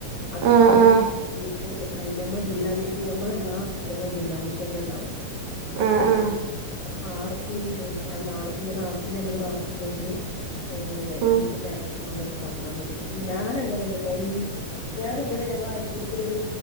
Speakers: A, on the left (about 55°); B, on the right (about 70°).
A: അത്
B: ആഹ്
A: പിന്നെ
B: ആഹ്
A: ജില്ലാ മി ഞമ്മളെല്ലാ കാര്യങ്ങളും ജില്ലാ മിഷൻല് ഇണ്ടാവും
B: ആഹ്
A: എല്ലാ അപ്പൊ ആർപ്പീന്ന് ചോയ്ച്ച അല്ല ആർപ്പിങ്ങനെ ആർപ്പിന്റെന്തേലും വർക്ക്ണ്ടെങ്കില് ഏ
B: ആഹ്
A: ഇൻക്ക് തെ ര്ണട്ടോന്നൊക്കെ പർഞ്ഞാ മതി ഞാനങ്ങനല്ല ട്ടോ ഞാന് ഇവടെ ഞങ്ങള അയൽക്കൂട്ടത്തിലൊരു